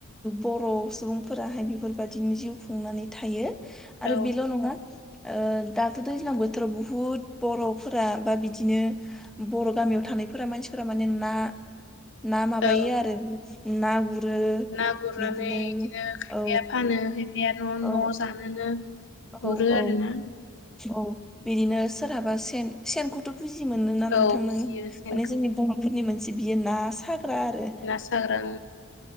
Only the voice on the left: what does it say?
औ
औ
ना गुरनानै
खायफाया
फानो खायफाया न'
न' जानोनो गुरो
आरोना
औ बुजियो
सेनखौ
ना साग्रा